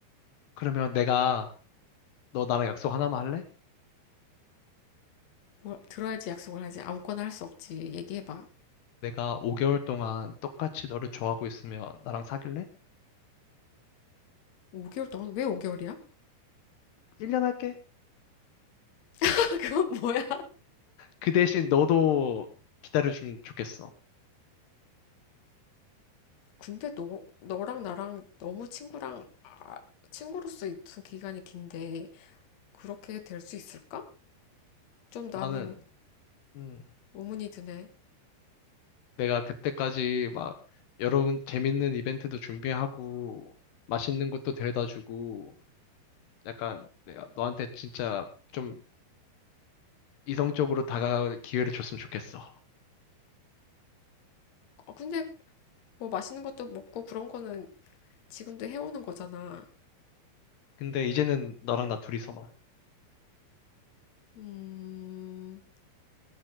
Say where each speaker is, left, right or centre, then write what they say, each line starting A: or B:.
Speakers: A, on the left; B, on the left.
A: 그러면 내가, 너 나랑 약속 하나만 할래?
B: 뭘 들어야지 약속을 하지. 아무거나 할 수 없지. 얘기해봐.
A: 내가 5개월 동안 똑같이 너를 좋아하고 있으면 나랑 사귈래?
B: 5개월 동안 왜 5개월이야?
A: 1년 할게.
B: <laughs> 그건 뭐야?
A: 그 대신 너도 기다려주면 좋겠어.
B: 근데 너, 너랑 나랑 너무 친구랑, 아, 친구로서 있던 기간이 긴데 그렇게 될 수 있을까? 좀 나는
A: 나는, 음,
B: 의문이 드네.
A: 내가 그때까지 막, 여러 재밌는 이벤트도 준비하고, 맛있는 것도 데려다 주고, 약간 내가 너한테 진짜 좀 이성적으로 다가갈 기회를 줬으면 좋겠어.
B: 아, 근데 뭐 맛있는 것도 먹고 그런 거는 지금도 해오는 거잖아.
A: 근데 이제는 너랑 나 둘이서만.
B: 음,